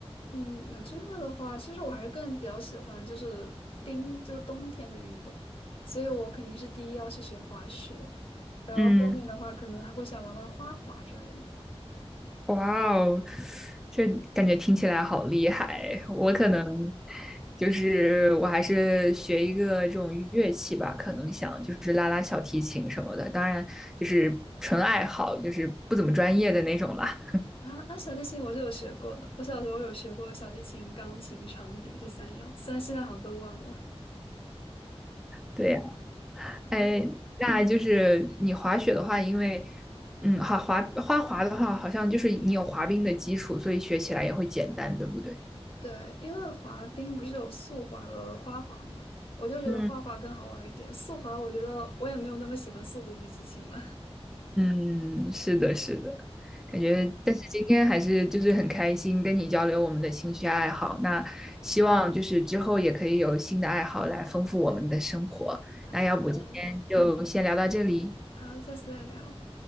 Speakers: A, on the left; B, in the centre.
A: 嗯，有机会的话，其实我还是更比较喜欢就是冰，就是冬天的运动，所以我肯定是第一要去学滑雪，然后后面的话可能还会想玩玩花滑之类的。
B: 嗯。哇哦，这感觉听起来好厉害！我可能就是我还是学一个这种乐器吧，可能想就是拉拉小提琴什么的，当然就是纯爱好，就是不怎么专业的那种啦。
A: 啊啊，小提琴我是有学过的，我小时候有学过小提琴、钢琴、长笛这三样，虽然现在好像都忘了。
B: 对呀，
A: 嗯，
B: 哎，那就是你滑雪的话，因为嗯，好滑花滑的话，好像就是你有滑冰的基础，所以学起来也会简单，对不对？
A: <laughs> 对，因为滑冰不是有速滑和花滑嘛，我就觉得花滑更好玩一点，
B: 嗯。
A: 速滑我觉得我也没有那么喜欢《速度与激情》了。
B: 嗯，是的，是的，感觉，
A: <laughs> 嗯，
B: 但是今天还是就是很开心跟你交流我们的兴趣爱好。那希望就是之后也可以有新的爱好来丰富我们的生活。
A: 好的，
B: 那要不今天就先聊到这里，
A: 好，下次再聊。